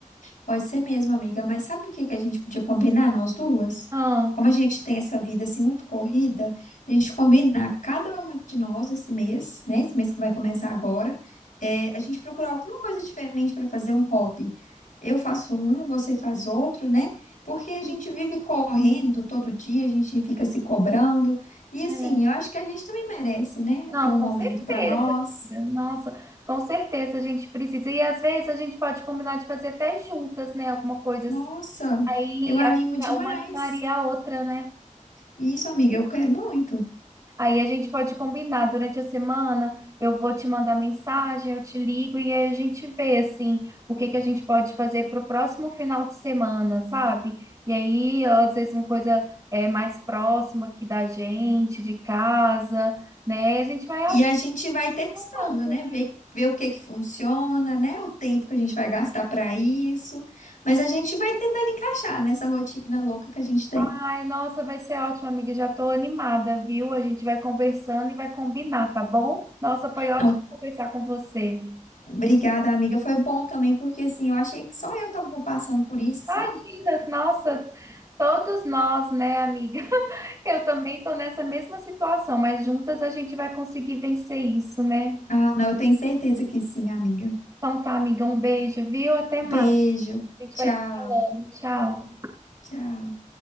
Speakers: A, on the left (about 80°); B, on the right (about 25°).
A: pode ser mesmo, amiga. Mas sabe o que que a gente podia combinar, nós duas?
B: Ah,
A: Como a gente tem essa vida assim muito corrida, a gente combinar cada uma de nós esse mês, né? Esse mês que vai começar agora, é, a gente procurar alguma coisa diferente para fazer um hobby. Eu faço um, você faz outro, né? Porque
B: isso,
A: a gente vive correndo todo dia, a gente fica se cobrando. E
B: né?
A: assim, eu acho que a gente também merece, né?
B: Não,
A: Ter um
B: com
A: momento
B: certeza.
A: para nós.
B: Nossa, com certeza a gente precisa. E às vezes a gente pode combinar de fazer até juntas, né? Alguma coisa
A: Nossa,
B: assim. Aí
A: eu animo
B: acho que
A: demais.
B: é uma animaria a outra, né?
A: Isso, amiga, eu quero muito.
B: Aí a gente pode combinar durante a semana. Eu vou te mandar mensagem, eu te ligo e aí a gente vê assim o que que a gente pode fazer para o próximo final de semana, sabe? E aí às vezes uma coisa é mais próxima aqui da gente, de casa, né? E a gente vai aos
A: E a gente vai testando,
B: poucos,
A: né?
B: né?
A: Ver, ver o que que funciona, né? O tempo que a gente vai gastar para isso. Mas a gente vai tentando encaixar nessa rotina louca que a gente tem.
B: Ai, nossa, vai ser ótimo, amiga. Já tô animada, viu? A gente vai conversando e vai combinar, tá bom? Nossa, foi ótimo
A: Não,
B: conversar com você.
A: obrigada, amiga. Foi bom também, porque assim, eu achei que só eu tava passando por isso,
B: Imagina,
A: sabe?
B: nossa, todos nós, né, amiga? <laughs> Eu também tô nessa mesma situação, mas juntas a gente vai conseguir vencer isso, né?
A: Ah, não, eu tenho certeza que sim, amiga.
B: Então tá, amiga, um beijo, viu? Até
A: Beijo.
B: mais. A gente
A: Tchau.
B: vai se falando. Tchau.
A: Tchau.